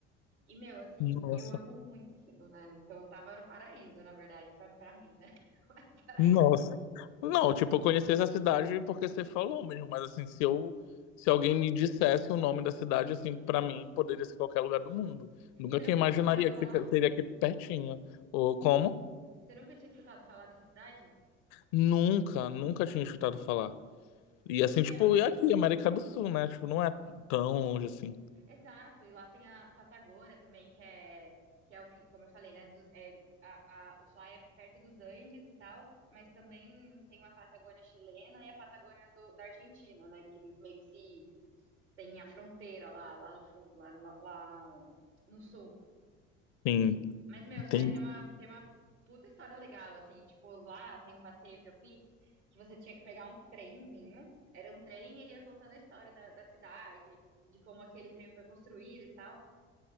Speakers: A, on the right; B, on the left.
A: E, meu, assim,
B: Nossa,
A: eu amo muito frio, né? Então eu tava no paraíso, na verdade, pra, pra mim, né? <laughs> Paraíso.
B: nossa. Não, tipo, eu conheci essa cidade porque você falou mesmo, mas assim, se eu, se alguém me dissesse o nome da cidade, assim, pra mim, poderia ser qualquer lugar do mundo. Nunca
A: Você
B: que
A: nunca
B: eu imaginaria
A: tinha escutado falar?
B: que fica- seria aqui pertinho. Ou como?
A: Você nunca tinha escutado falar dessa cidade?
B: Nunca, nunca tinha escutado falar. E assim,
A: Meu,
B: tipo, e aqui, América do Sul, né? Tipo, não é tão longe assim.
A: exato. E lá tem a Patagônia também, que é, que é o, fi- como eu falei, né? dos- é, a, a, o lá é perto dos Andes e tal, mas também tem uma Patagônia chilena e a Patagônia do, da Argentina, né? Que eles meio que se tem a fronteira lá, lá no fundo, lá, lá lá no sul.
B: Sim,
A: Mas, meu,
B: entendi.
A: Ushuaia tem uma, tem uma puta história legal, assim. Tipo, lá tem um passeio que eu fiz que você tinha que pegar um trenzinho. Era um trem e ele ia contando a história da, da cidade, de como aquele trem foi construído e tal.